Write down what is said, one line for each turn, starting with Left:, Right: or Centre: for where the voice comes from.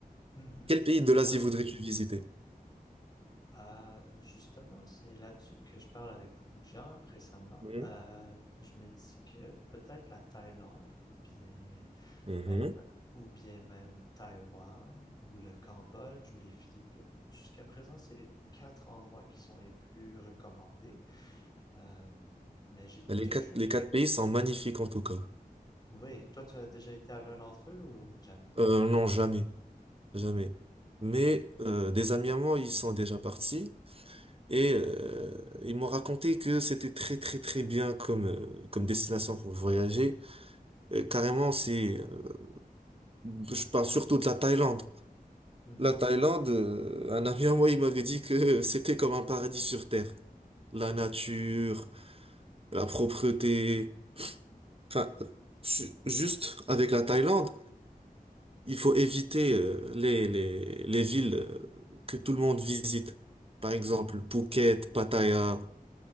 Left: Mhm.
Right: Quel pays de l'Asie
Left: Ouais.
Right: voudrais-tu visiter?
Left: Euh, justement, c'est là-dessus que je parle avec beaucoup de gens récemment.
Right: Mhm.
Left: Euh, je me dis que peut-être la Thaïlande ou bien
Right: Mhm.
Left: même ou bien même Taïwan ou le Cambodge ou les Philippines. Jusqu'à présent, c'est les quatre endroits qui sont les plus recommandés. Euh, mais j'ai
Right: Les
Left: toujours...
Right: quatre, les quatre pays sont magnifiques en tout cas.
Left: Oui, toi, tu as déjà été à l'un d'entre eux ou jamais?
Right: Euh, non, jamais,
Left: Hmm,
Right: jamais. Mais
Left: mhm,
Right: euh, des amis à moi, ils sont déjà partis. Et euh, ils m'ont raconté que c'était très très très bien comme euh, comme destination pour voyager. Euh, carrément, c'est euh, je parle surtout de la Thaïlande.
Left: hmm.
Right: La Thaïlande, euh, un ami
Left: Ouais.
Right: à moi, il m'avait dit que c'était comme un paradis sur terre. La nature, la propreté. Enfin, su- juste avec la Thaïlande, il faut éviter euh, les les les villes euh, que tout le monde visite. Par exemple, Phuket, Pattaya.